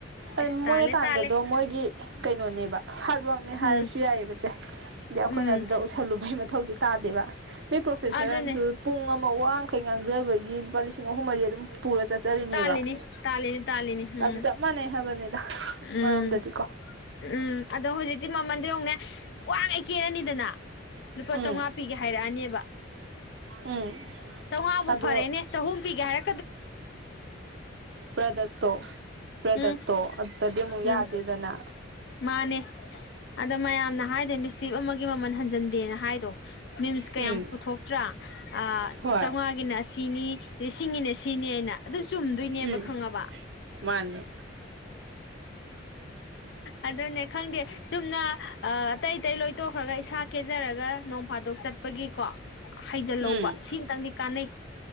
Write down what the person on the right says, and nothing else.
ꯑ
ꯃꯣꯏꯅ
ꯇꯥꯟꯕꯗꯣ
ꯃꯣꯏꯒꯤ ꯀꯩꯅꯣꯅꯦꯕ ꯍꯥꯔꯠ ꯋꯥꯔꯛꯅꯦ ꯍꯥꯏꯔꯁꯨ
ꯌꯥꯏꯌꯦꯕ ꯆꯦ ꯍꯥꯏꯗꯤ ꯑꯩꯈꯣꯏꯅ
ꯑꯗꯨꯗ ꯎꯁꯜꯂꯨꯕꯒꯤ ꯃꯊꯧꯗꯤ ꯇꯥꯗꯦꯕ ꯃꯤ ꯄ꯭ꯔꯣꯐꯦꯁꯔ
ꯑꯃꯁꯨ ꯄꯨꯡ ꯑꯃ ꯋꯥ ꯑꯃꯈꯛ ꯉꯥꯡꯖꯕꯒꯤ ꯂꯨꯄꯥ ꯂꯤꯁꯤꯡ ꯑꯍꯨꯝ ꯃꯔꯤ ꯑꯗꯨꯝ ꯄꯨꯔ ꯆꯠꯆꯔꯤꯅꯦꯕ
ꯑꯗꯨ ꯆꯞ ꯃꯥꯟꯅꯩ ꯍꯥꯏꯕꯅꯤꯗ ꯑꯃꯔꯣꯝꯗꯗꯤꯀꯣ
ꯎꯝ
ꯎꯝ
ꯑꯗꯣ
ꯄ꯭ꯔꯗꯛꯇꯣ ꯄ꯭ꯔꯗꯛꯇꯣ
ꯑꯗꯨꯗ ꯗꯤ ꯑꯃꯨꯛ
ꯌꯥꯗꯦꯗꯅ
ꯎꯝ
ꯍꯣꯏ
ꯎꯝ
ꯃꯥꯅꯦ
ꯎꯝ